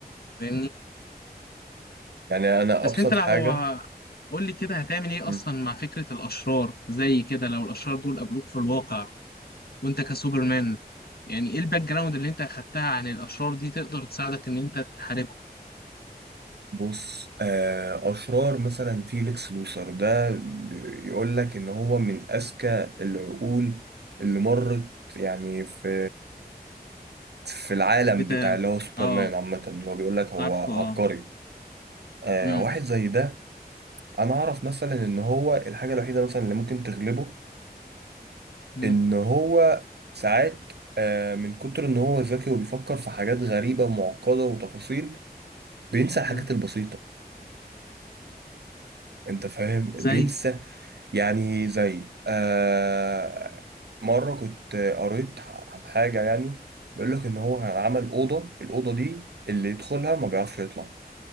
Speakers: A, on the left; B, on the right.
A: فاهمني
B: يعني انا
A: بس
B: ابسط
A: انت لو
B: حاجة
A: قول لي كده هتعمل ايه
B: مم.
A: اصلا مع فكرة الاشرار زي كده لو الاشرار دول قابلوك في الواقع وانت كسوبرمان يعني ايه الباك جراوند اللي انت اخدتها عن الاشرار دي تقدر تساعدك ان انت تحاربهم
B: بص آه، اشرار مثلا فيليكس لوثر ده يقول لك ان هو من اذكى العقول اللي مرت يعني في في العالم
A: بت...
B: بتاع اللي هو سوبرمان
A: اه
B: عامة اللي هو بيقول لك هو
A: عارفه
B: عبقري
A: اه
B: آه
A: مم.
B: واحد زي ده أنا أعرف مثلا إن هو الحاجة الوحيدة مثلا اللي ممكن تغلبه
A: مم.
B: إن هو ساعات آه من كتر إن هو ذكي وبيفكر في حاجات غريبة ومعقدة وتفاصيل بينسى الحاجات
A: مم.
B: البسيطة أنت فاهم بينسى
A: زي
B: يعني زي آه مرة كنت قريت عن حاجة يعني بيقول لك إن هو عمل أوضة الأوضة دي اللي يدخلها ما بيعرفش يطلع